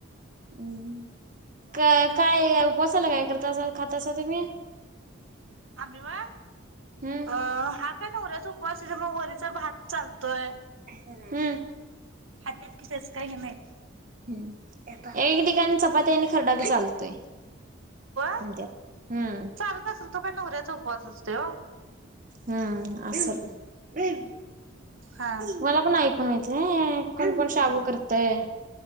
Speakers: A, on the right; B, on the right.
A: हम्म क काय उपसाला काय करता असं काय खा तासा तुम्ही?
B: आम्ही होय.
A: हम्म
B: अ हा काय नवऱ्याचा उपवास त्याच्यामुळ मग वरीचा भात चालतोय.
A: <unintelligible>
B: खात्यात की तेच काय तेच काय हे नाय.
A: एक ठिकाणी चपाती आणि खरडा बी चालतोय.
B: व्हय
A: म्हणत्यात. हम्म
B: चालत असलं तो काय नवऱ्याचा उपवास असतोय ओ
A: हम्म. असल
B: हा
A: मला पण ऐक होय काय? कोण -कोण शाबू करतय